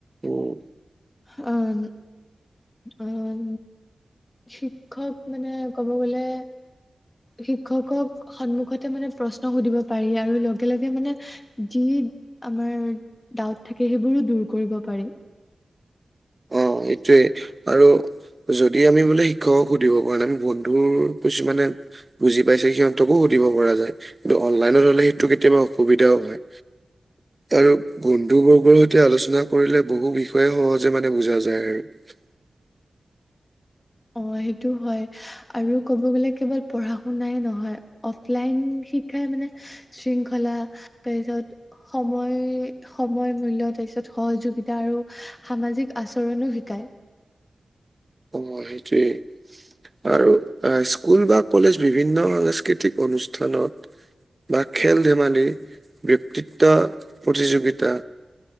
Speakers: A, on the right; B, on the left.
A: উম।
B: অঁ। অঁ, শিক্ষক মানে ক'ব গলে। শিক্ষকক সন্মুখতে মানে প্ৰশ্ন সুধিব পাৰি আৰু লগে লগে মানে যি আমাৰ ডাউট থাকে সেইবোৰো দূৰ কৰিব পাৰি।
A: অঁ, সেইটোৱে আৰু যদি আমি বোলে শিক্ষকক সুধিব পৰা নাই আমি বন্ধুৰ কিছুমানে। বুজি পাইছে সিহঁতকো সুধিব পৰা যায় কিন্তু অনলাইনত হলে সেইটো কেতিয়াবা অসুবিধাও হয়। আৰু বন্ধু বৰ্গৰ সৈতে আলোচনা কৰিলে বহু বিষয়ে সহজ। যে মানে বুজা যায় আৰু।
B: অ সেইটো হয় আৰু ক'ব গ'লে কেৱল পঢ়া শুনাই নহয়। অফলাইন শিক্ষাই মানে শৃংখলা তাৰপিছত সময়। সময় মূল্য তাৰপিছত সহযোগিতা আৰু সামাজিক আচৰণো শিকায়।
A: অঁ, সেইটোৱে আৰু। এহ' স্কুল বা কলেজ বিভিন্ন সাংস্কৃতিক অনুষ্ঠানত বা খেল ধেমালি ব্যক্তিত্ব প্ৰতিযোগিতা